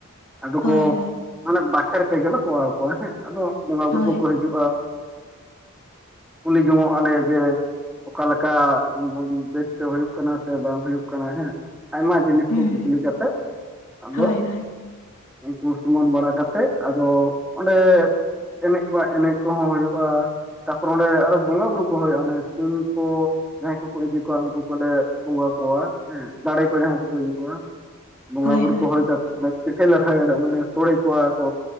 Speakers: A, in the centre; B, on the left.
A: ᱟᱫᱚ
B: ᱦᱳᱭ
A: ᱠᱚ
B: ᱦᱳᱭ
A: ᱢᱟᱱᱮ ᱵᱟᱠᱷᱮᱲ ᱛᱮ ᱜᱮ ᱞᱮ ᱦᱚᱦᱚ ᱟᱠᱚᱣᱟ ᱦᱮᱸ ᱟᱫᱚ ᱵᱚᱸᱜᱟ ᱵᱩᱨᱩ
B: ᱦᱳᱭ
A: ᱠᱚ ᱠᱚ ᱦᱤᱡᱩᱜᱼᱟ ᱠᱩᱞᱤ ᱡᱚᱝᱚᱜ ᱟᱞᱮ ᱡᱮ ᱚᱠᱟ ᱞᱮᱠᱟ ᱵᱮᱥ ᱛᱮ ᱦᱩᱭᱩᱜ ᱠᱟᱱᱟ ᱥᱮ ᱵᱟᱝ ᱦᱩᱭᱩᱜ ᱠᱟᱱᱟ ᱦᱮᱸ ᱟᱭᱢᱟ ᱾ ᱡᱤᱱᱤᱥ
B: ᱦᱩᱸ
A: ᱠᱚ ᱠᱩᱠᱞᱤ
B: ᱦᱩᱸ
A: ᱠᱟᱛᱮ ᱟᱫᱚ
B: ᱦᱳᱭ ᱦᱳᱭ
A: ᱩᱱᱠᱩ ᱥᱩᱢᱟᱱ ᱵᱟᱲᱟ ᱠᱟᱛᱮ ᱟᱫᱚ ᱚᱸᱰᱮ - ᱮᱱᱮᱡ ᱢᱟ ᱮᱱᱮᱡ ᱠᱚ ᱦᱚᱸ ᱦᱩᱭᱩᱜᱼᱟ ᱛᱟᱯᱚᱨ ᱚᱸᱰᱮ ᱟᱨ ᱦᱚᱸ ᱵᱚᱸᱜᱟᱼ ᱵᱩᱨᱩ ᱠᱚ ᱦᱩᱭᱩᱜᱼᱟ ᱚᱱᱮ ᱥᱤᱢ ᱠᱚ ᱡᱟᱦᱟᱸᱭ ᱠᱚᱠᱚ ᱤᱫᱤ ᱠᱚᱣᱟ ᱩᱱᱠᱩ ᱠᱚᱞᱮ ᱵᱚᱸᱜᱟ ᱠᱚᱣᱟ ᱦᱮᱸ ᱫᱟᱲᱮ ᱠᱚ ᱡᱟᱦᱟᱸᱭ ᱠᱚᱠᱚ ᱤᱫᱤ ᱠᱚᱣᱟ ᱾ ᱵᱚᱸᱜᱟ
B: ᱦᱳᱭ
A: ᱵᱩᱨᱩ
B: ᱦᱳᱭ
A: ᱠᱚ ᱦᱩᱭ ᱠᱟᱛᱮ ᱯᱤᱴᱷᱟᱹ ᱞᱟᱴᱷᱟᱭᱟ ᱞᱮ ᱚᱱᱮ ᱥᱳᱲᱮ ᱠᱚᱣᱟ ᱠᱚ